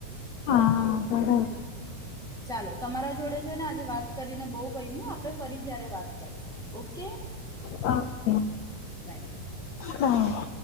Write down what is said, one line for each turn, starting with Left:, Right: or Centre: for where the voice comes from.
Left: હા. બરોબર
Centre: ચાલો તમારા જોડે છે ને આજે વાત કરીને બહું વયમ આપણે ફરી ત્યારે વાત કરશું ઓકે.
Left: Okay,
Centre: bye.
Left: હા.